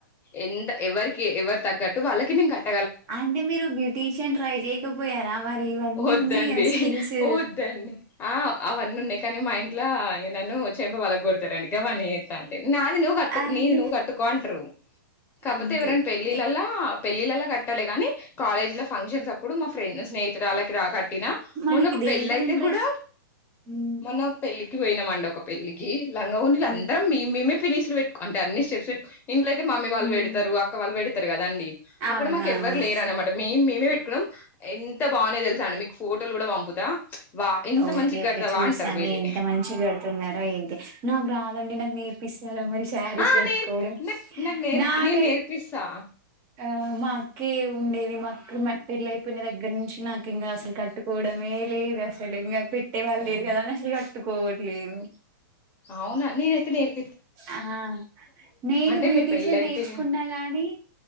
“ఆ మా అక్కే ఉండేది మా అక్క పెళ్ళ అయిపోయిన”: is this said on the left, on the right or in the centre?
Right